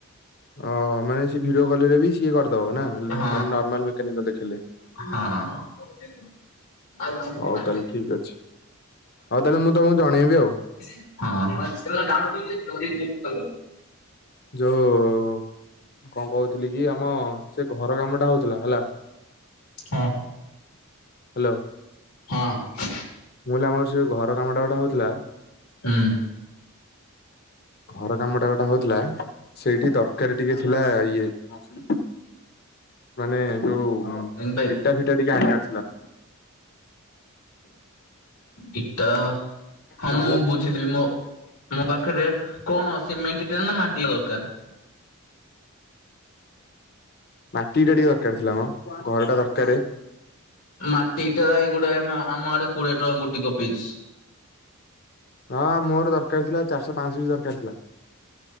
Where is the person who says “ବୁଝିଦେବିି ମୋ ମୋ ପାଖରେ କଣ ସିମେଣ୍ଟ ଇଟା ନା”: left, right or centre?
Left